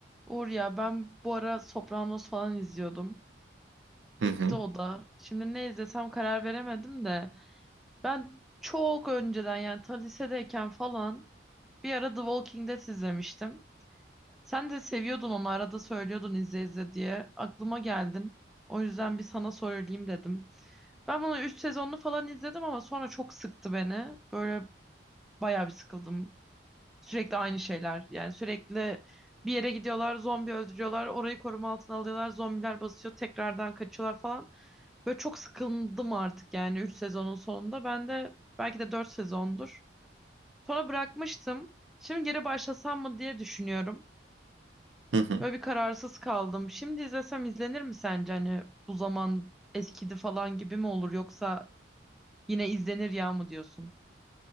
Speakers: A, in the centre; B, on the right (about 85°).
A: Uğur ya ben bu ara Sopranos falan izliyordum.
B: Hı
A: Bitti
B: hı,
A: o da. Şimdi ne izlesem karar veremedim de. Ben çok önceden yani ta lisedeyken falan bir ara The Walking Dead izlemiştim. Sen de seviyordun onu arada söylüyordun izle izle diye. Aklıma geldin. O yüzden bir sana söyleyeyim dedim. Ben bunu 3 sezonlu falan izledim ama sonra çok sıktı beni. Böyle bayağı bir sıkıldım. Sürekli aynı şeyler. Yani sürekli bir yere gidiyorlar, zombi öldürüyorlar, orayı koruma altına alıyorlar, zombiler basıyor, tekrardan kaçıyorlar falan. Böyle çok sıkıldım artık yani 3 sezonun sonunda. Ben de belki de 4 sezondur. Sonra bırakmıştım. Şimdi geri başlasam mı diye düşünüyorum.
B: hı hı.
A: Böyle bir kararsız kaldım. Şimdi izlesem izlenir mi sence? Hani bu zaman eskidi falan gibi mi olur yoksa yine izlenir ya mı diyorsun?